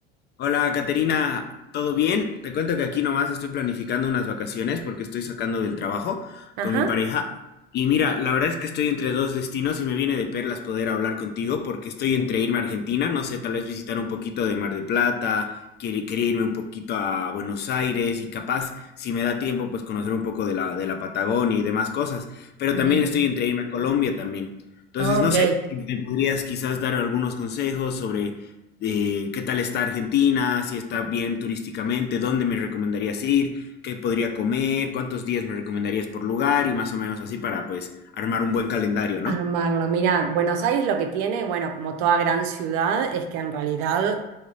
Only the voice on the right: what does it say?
Ajá,
bien.
Ah, Ok.
Armarlo. Mira, Buenos Aires lo que tiene, bueno, como toda gran ciudad, es que en realidad